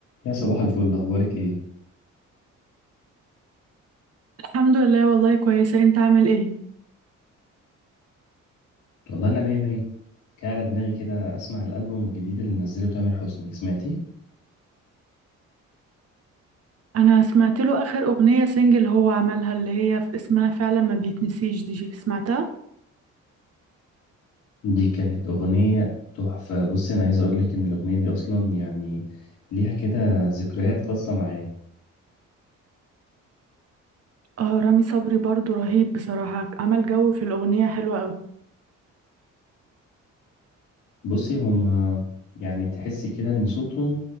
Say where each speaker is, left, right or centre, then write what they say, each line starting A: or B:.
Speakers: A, on the left (about 85°); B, on the right (about 55°).
A: يا صباح الفل اخبارك ايه
B: الحمد لله والله كويسة انت عامل ايه؟
A: والله انا مية مية كان على دماغي كده اسمع الالبوم الجديد اللي نزله تامر حسني سمعتي
B: انا سمعت له اخر اغنية سنجل هو عملها اللي هي في اسمها فعلا ما بيتنسيش دي جي سمعتها؟
A: دي كانت اغنية تحفة بصي انا عايز اقولك ان الاغنية دي اصلا يعني ليها كده ذكريات خاصة معايا
B: اه رامي صبري برضو رهيب بصراحة عمل جو في الاغنية حلوة قوي
A: بصي هما يعني تحسي كده ان صوتهم